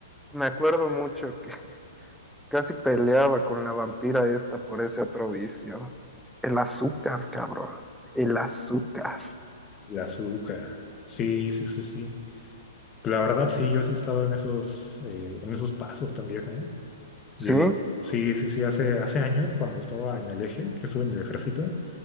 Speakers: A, in the centre; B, on the left (about 20°).
A: me acuerdo mucho que <laughs> casi peleaba con la vampira esta por ese otro vicio. El azúcar, cabrón. El azúcar.
B: El azúcar. Sí, sí, sí, sí. La verdad, sí, yo sí he estado en esos, eh, en esos pasos también, ¿eh?
A: ¿Sí?
B: Digo, sí, sí, sí, hace, hace años cuando estaba en el eje, yo estuve en el ejército